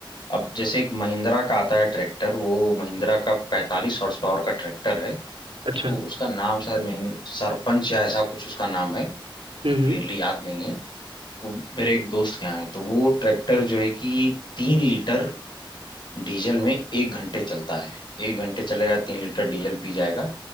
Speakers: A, on the left (about 60°); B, on the right (about 80°).
A: अब जैसे एक महिंद्रा का आता है ट्रैक्टर वो महिंद्रा का पैंतालीस हॉर्स पावर का ट्रैक्टर है उसको
B: अच्छा
A: उसका नाम शायद महेंद्र सरपंच या ऐसा कुछ उसका नाम है
B: हम्म
A: मैं क्लियरली
B: हम्म
A: याद नहीं है वो मेरे एक दोस्त के यहाँ है तो वो ट्रैक्टर जो है कि तीन लीटर डीजल में एक घंटे चलता है एक घंटे चलेगा तीन लीटर डीजल पी जाएगा